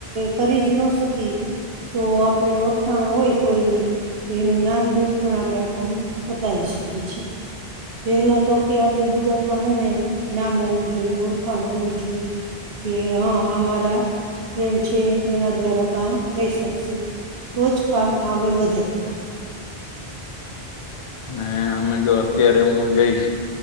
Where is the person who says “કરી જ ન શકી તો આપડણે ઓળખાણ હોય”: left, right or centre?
Right